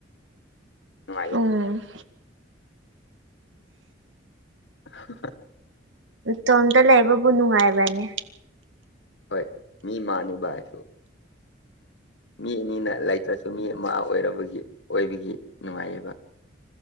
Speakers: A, on the left; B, on the right.
A: ꯅꯨꯡꯉꯥꯏꯌꯦ
B: ꯎꯝ
A: <unintelligible>
B: ꯇꯣꯝꯇ ꯂꯩꯕꯕꯨ ꯅꯨꯡꯉꯥꯏꯕꯅꯦ
A: ꯍꯣꯏ ꯃꯤ ꯃꯥꯅꯦꯕ ꯍꯥꯏꯁꯨ ꯃꯤ ꯑꯅꯤꯅ ꯂꯩꯇ꯭ꯔꯁꯨ ꯃꯤ ꯑꯃ ꯑꯣꯏꯔꯕꯒꯤ ꯑꯣꯏꯕꯒꯤ ꯅꯨꯡꯉꯥꯏꯌꯦꯕ꯫